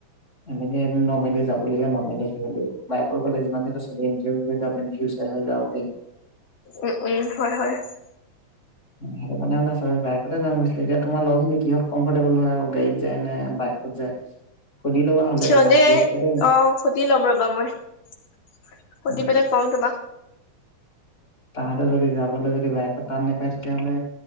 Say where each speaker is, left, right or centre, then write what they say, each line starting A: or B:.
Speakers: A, on the left; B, on the left.
A: এনেক নৰ্মেলি যাব লগিব নৰ্মেলি আহিব লাগিব। বাইকট গ'লে যিমানটো চবেই এঞ্জয় কৰি যাব পাৰিম, ভিউ চাই আহিব পাৰিম।
B: উম, উম, হয়, হয়।
A: সেইটো কাৰণে বাইকতে যাম কৈছিলে, এতিয়া তোমাৰ লগৰখিনি কিহ'ত কমফৰ্টেবল হয় আকৌ গাড়ী যায় নে বাইকত যায় সুধি ল'বা হ'লে
B: সিহ'তে
A: এবাৰ গ্ৰুপটোতে
B: অ' সুধি ল'ম ৰবা মই সুধি
A: উম,
B: পেলাই ক'ম তোমাক।
A: তাহাতে যদি যাবলৈ যদি বাইকত টান নাপায় তেতিয়াহলে